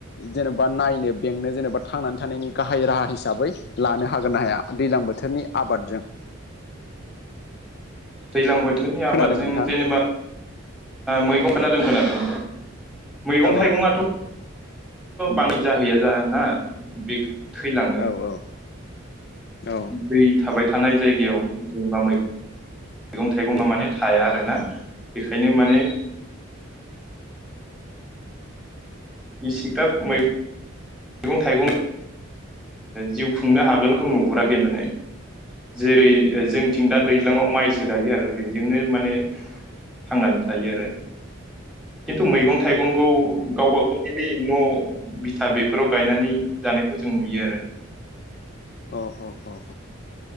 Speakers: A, on the left (about 50°); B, in the centre.
A: जेनेबा नायनो बेंनो जेनेबा थांनानै थानायनि गाहाय राहा हिसाबै लानो हागोन ना हाया दैज्लां बोथोरनि आबादजों
B: दै्लां बोथोरनि
A: खोनादों
B: आबादजों
A: नोंथां
B: जेनेबा मैगं खोना रोंगोनादों मैगं
A: औ
B: थाइगङाथ'
A: औ
B: बाङै जाहैया जाना बेखौ थैलाङो
A: औ औ औ
B: दै थाबाय थानाय जायगायाव जेनेबा मै मैगं थाइगंबा माने थाया आरोना बेखायनो माने <unintelligible> मैगं थाइगं जिउ खुंनो हागोनखौ नुहुराखै माने जेरै जोंथिं दा दैज्लाङाव माइसो गायो आरो बेजोंनो माने थांनानै थायो आरो खिन्थु मैगं थाइगंखौ गावबा गाव बे न' बिथा बेफोराव गायनानै जानायखौ जों नुयो आरो
A: औ औ औ